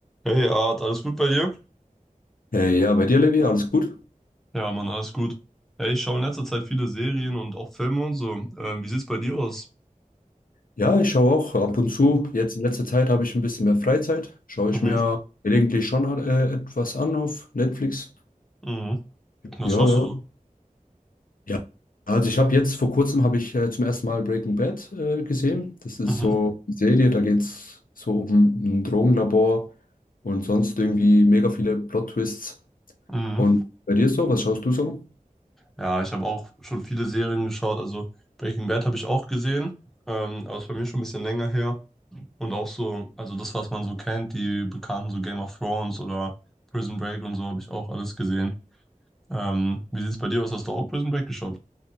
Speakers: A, in the centre; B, on the left (about 80°).
A: Hey Art, alles gut bei dir?
B: Hey, ja, bei dir, Levi, alles gut?
A: Ja, Mann, alles gut. Ja, ich schaue in letzter Zeit viele Serien und auch Filme und so. Ähm, wie sieht's bei dir aus?
B: Ja, ich schaue auch ab und zu. Jetzt in letzter Zeit habe ich ein bisschen mehr Freizeit. Schaue
A: Mhm,
B: ich mir gelegentlich schon äh, etwas an auf Netflix.
A: mhm. Was
B: Ja,
A: schaust
B: ja.
A: du so?
B: Ja. Also ich habe jetzt vor kurzem habe ich äh, zum ersten Mal Breaking Bad äh, gesehen. Das ist
A: Mhm,
B: so eine Serie, da geht es so um ein Drogenlabor und sonst irgendwie mega viele Plot-Twists.
A: mhm.
B: Und bei dir so, was schaust du so?
A: Ja, ich habe auch schon viele Serien geschaut. Also Breaking Bad habe ich auch gesehen, ähm, aber ist bei mir schon ein bisschen länger her. Und auch so, also das, was man so kennt, die bekannten so Game of Thrones oder Prison Break und so, habe ich auch alles gesehen. Ähm, wie sieht's bei dir aus? Hast du auch Prison Break geschaut?